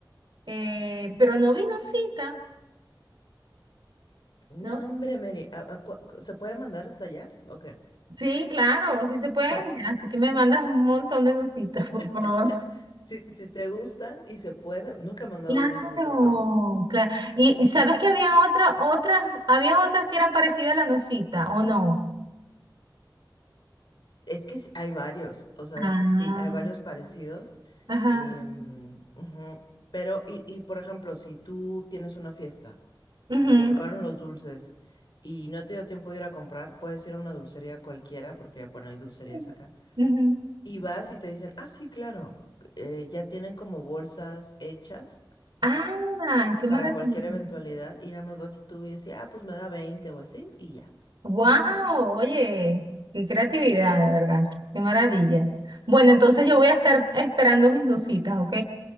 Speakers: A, on the right (about 70°); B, on the left (about 65°).
A: Eh, pero no vi nocita,
B: No,
A: ¿no?
B: hombre, Mary. ¿a- a cua- cu- ¿Se puede mandar hasta allá? Ok.
A: Sí, claro, sí se pueden.
B: Vam-
A: Así que me mandas un montón de nocitas,
B: <laughs>
A: <laughs> por favor.
B: Si, si te gustan y se puede, nunca he mandado
A: Claro,
B: dulces a otro país.
A: claro. Y, y sabes que había otra, otras, había otras que eran parecidas a la nocita, ¿o no?
B: Es que sí, hay varios, o sea,
A: Ah,
B: sí, hay varios parecidos.
A: ajá.
B: em, ujú, Pero, y, y por ejemplo, si tú tienes una fiesta
A: ujú,
B: y te tocaron los dulces y no te dio tiempo de ir a comprar, puedes ir a una dulcería cualquiera, porque, bueno, hay dulcerías
A: Sí.
B: acá.
A: ujú.
B: Y vas y te dicen, ah, sí, claro, eh, ya tienen como bolsas hechas
A: Ah, qué maravilla.
B: para cualquier eventualidad y nada más vas tú y así, ah, pues me da 20 o así y ya.
A: Wow, oye, qué creatividad, de verdad, qué maravilla. Bueno, entonces yo voy a estar esperando mis nucitas, ¿ok?